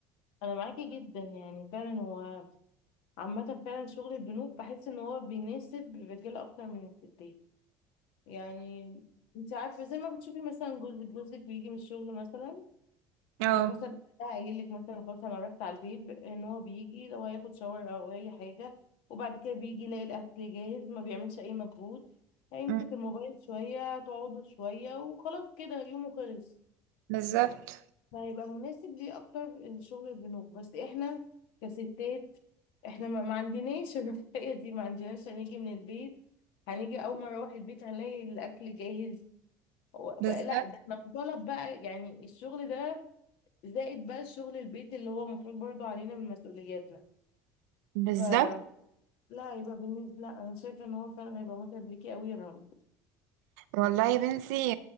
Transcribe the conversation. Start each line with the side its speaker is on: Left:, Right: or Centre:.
Left: انا معاكي جدا يعني فعلا هو عامة فعلا شغل البنوك بحس ان هو بيناسب الرجالة اكتر من الستات يعني انت عارفة زي ما بتشوفي مثلا جوزك جوزك بيجي من الشغل مثلا
Right: اه
Left: بيبقى مثلا ده قايل لك مثلا خلاص انا رحت على البيت ب- ان هو بيجي لو هياخد شاور او اي حاجة وبعد كده بيجي يلاقي الاكل جاهز ما بيعملش اي مجهود هيمسك
Right: مم.
Left: الموبايل شوية تقعدوا شوية وخلاص كده يومه خلص
Right: بالظبط
Left: فهيبقى مناسب ليه اكتر الشغل البنوك بس احنا كستات احنا ما, ما عندناش الرفاهية دي ما عندناش هنيجي من البيت هنيجي اول ما اروح البيت هنلاقي الاكل جاهز هو بقى
Right: بالظبط
Left: لا ده احنا مطالب بقى يعني الشغل ده زائد بقى الشغل البيت اللي هو المفروض برضو علينا من مسؤولياتنا
Right: بالظبط
Left: فلا هيبقى بالنسبة لا انا شايفة ان هو فعلا هيبقى متعب ليكي قوي يا رامي
Right: والله يا بنتي